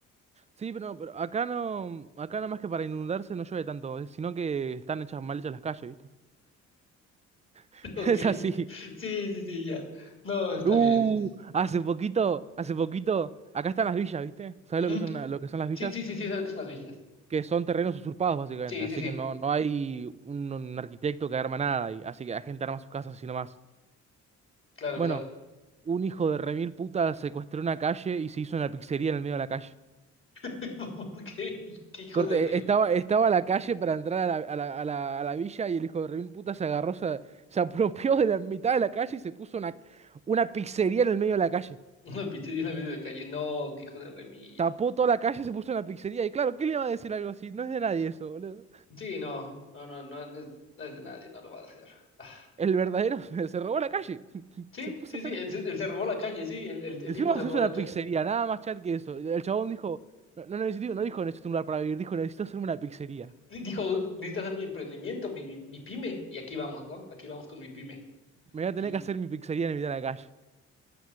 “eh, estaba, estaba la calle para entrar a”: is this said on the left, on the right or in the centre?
Right